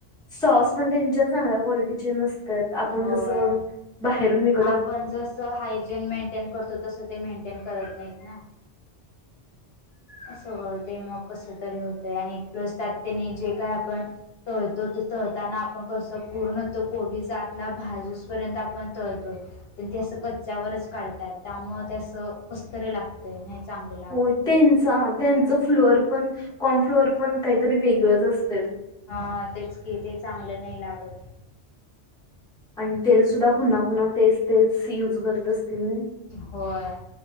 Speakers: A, in the centre; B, on the left.
A: स्टॉस पण त्यांच्या चांगल्या क्वालिटीचे नसत आपण
B: होय
A: जस बाहेरून व
B: आपण जसं हायजीन मेंटेन करतो तसं ते मेंटेन करत नाहीत ना. अस बळतय मग कस तरी होतय आणि प्लस त्यात्याने जे काय आपण तळतो ते तळताना आपण कस पूर्ण तो कोबी जातला भाजूस पर्यंत आपण तळतो. ते अस कच्च्यावरच काढतात त्यामुळे ते अस कसतरी लागतं नाही. चांगलं लागत
A: हो
B: ते
A: त्यांचा त्यांच फ्लोअर पण कॉन फ्लोअर पण काहीतरी वेगळंच असत.
B: हा तेच कि ते चांगलं नाही लागत.
A: आणि तेल सुद्धा पुन्हा पुन्हा तेच तेच युज करत असतील
B: होय.